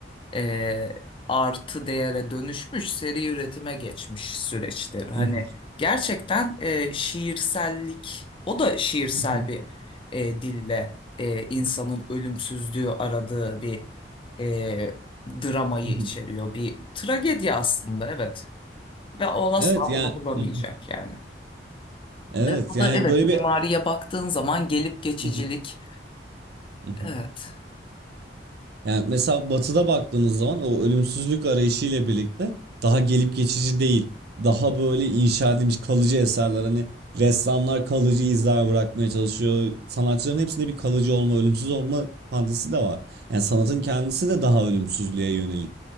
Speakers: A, on the left; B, on the right.
A: e, artı değere dönüşmüş seri üretime geçmiş süreçtir. Hani
B: mhm,
A: gerçekten e, şiirsellik o da şiirsel
B: mhm,
A: bir e, dille e, insanın ölümsüzlüğü aradığı bir e, dramayı
B: mhm.
A: içeriyor. Bir tragedi aslında evet. Ve o asla
B: Evet yani
A: bunu bulamayacak
B: mhm.
A: yani.
B: evet
A: Ve bu
B: yani
A: da evet
B: böyle
A: mimariye
B: bir
A: baktığın zaman gelip geçicilik.
B: Mhm, mhm.
A: Evet.
B: yani mesela Batı'da baktığımız zaman o ölümsüzlük arayışı ile birlikte daha gelip geçici değil. Daha böyle inşa edilmiş kalıcı eserler hani ressamlar kalıcı izler bırakmaya çalışıyor. Sanatçıların hepsinde bir kalıcı olma, ölümsüz olma fantezisi de var. Yani sanatın kendisi de daha ölümsüzlüğe yönelik.